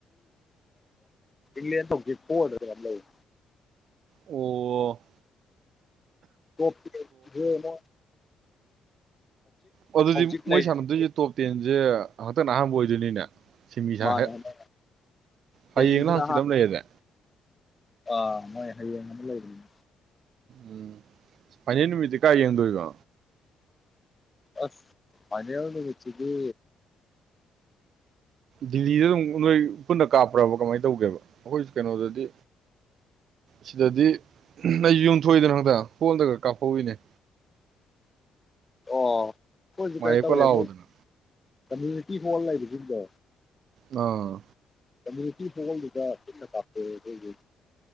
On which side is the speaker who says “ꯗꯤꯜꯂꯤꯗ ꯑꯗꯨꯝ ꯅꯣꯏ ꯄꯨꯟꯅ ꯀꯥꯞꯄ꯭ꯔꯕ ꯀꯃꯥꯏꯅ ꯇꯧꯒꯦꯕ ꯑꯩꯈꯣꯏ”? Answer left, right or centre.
Right